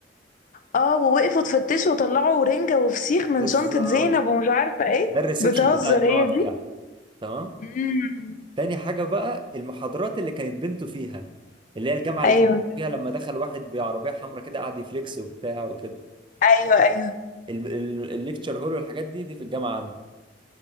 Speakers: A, on the left (about 45°); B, on the right (about 25°).
A: اه ووقفوا تفتشوا وطلعوا رنجة وفسيخ من
B: بالظبط
A: شنطة زينب ومش عارفة ايه
B: ده الريسبشن
A: بتهزر
B: بتاع الجامعه
A: هي
B: بتاعي
A: دي
B: تمام
A: مم.
B: تاني حاجه بقى المحاضرات اللي كانت بنته فيها اللي هي الجامعه اللي
A: ايوه
B: كانت فيها لما دخل واحد بعربيه حمراء كده قعد يفليكس وبتاع وكده
A: ايوه ايوه
B: ال- ال- الليكتشر هول والحاجات دي دي في الجامعه عندي